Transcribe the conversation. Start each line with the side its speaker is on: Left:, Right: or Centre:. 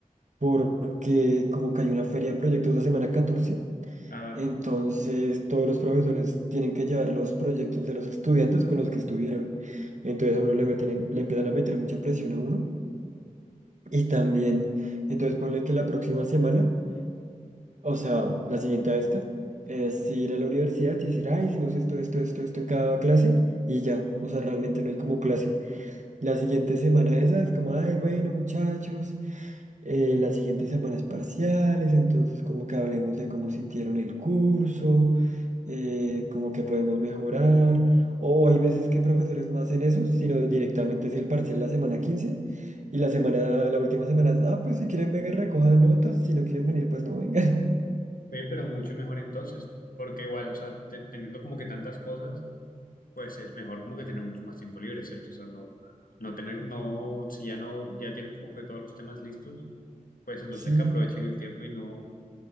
Right: porque como que hay una feria de proyectos la semana catorce
Left: Ah, vale.
Right: entonces todos los profesores tienen que llevar los proyectos de los estudiantes con los que estuvieron. Entonces a uno le meten, en- le empiezan a meter mucha presión a uno. Y también, entonces ponle que la próxima semana, o sea, la siguiente a esta, es
Left: Ujú.
Right: ir a la universidad y decir, ah, hicimos esto, esto, esto, esto en cada clase y ya, o sea, realmente no hay como clase. La siguiente semana esa es como, ay, bueno, muchachos. Eh, las siguientes semanas parciales, entonces como que hablemos de cómo sintieron el curso, eh, como que podemos mejorar. O hay veces que profesores no hacen eso, sino directamente es el parcial la semana 15 y la semana, la última semana, es, ah, pues si quieren vengan recojan notas, si no quieren venir, pues no vengan. <laughs>
Left: Ve, pero mucho mejor entonces, ¿no? Porque igual, o sea, te- teniendo como que tantas cosas, pues es mejor como que tener mucho más tiempo libre, ¿cierto? O sea, no, no tener, no, si ya no, ya tienen como que todos los temas listos, pues entonces
Right: Sí,
Left: que aprovechen el tiempo y no,